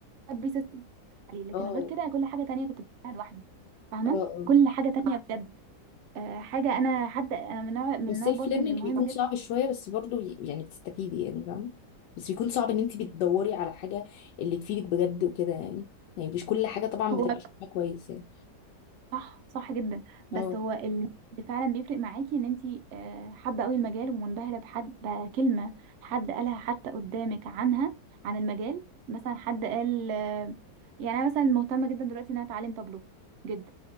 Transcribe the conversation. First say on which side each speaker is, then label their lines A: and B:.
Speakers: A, on the right; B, on the left.
A: ار بي سيستم عليه لكن
B: اه
A: غير كده كل حاجه تانية كنت بتعملها لوحدي فاهمه
B: اه اه
A: كل حاجه تانية بجد آه، حاجة أنا حد أنا من نوع من
B: والسيلف
A: النوع برضو
B: ليرنينج
A: اللي مهم
B: بيكون
A: جدا
B: صعب شويه بس برضو ي- يعني بتستفيدي يعني فاهمه بس بيكون صعب ان انت بتدوري على حاجه اللي تفيدك بجد وكده يعني يعني مش كل حاجه طبعا
A: هو
B: بتبقى شايفاها كويس يعني
A: صح صح جدا بس
B: اه
A: هو اللي فعلا بيفرق معاكي إن أنتي آه، حابة أوي المجال ومنبهرة بحد بكلمة حد قالها حتى قدامك عنها عن المجال مثلا حد قال آه، يعني أنا مثلا مهتمة جدا دلوقتي إن أنا أتعلم طابلو جدا